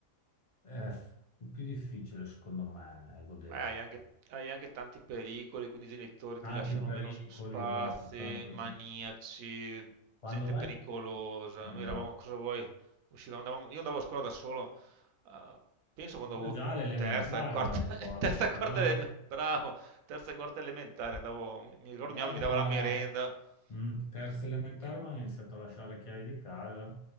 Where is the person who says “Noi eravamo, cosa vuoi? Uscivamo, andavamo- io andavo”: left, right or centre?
Right